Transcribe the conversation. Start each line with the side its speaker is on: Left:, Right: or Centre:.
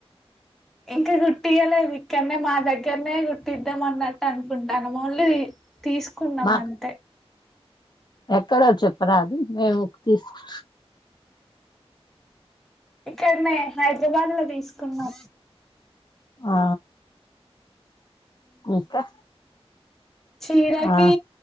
Centre: ఇంకా కుట్టియ్య లేదు ఇక్కడనే మా దగ్గరనే కుట్టిద్దాం అన్నట్టు అనుకుంటాన్న మళ్ళీ తీసుకున్నాం
Left: మాకు
Centre: అంతే
Left: ఎక్కడో చెప్పరాదు మేము తీసుకు
Centre: ఇక్కడనే హైదరాబాద్ లో తీసుకున్నా
Left: ఆ ఇంకా
Centre: చీరాకి
Left: ఆ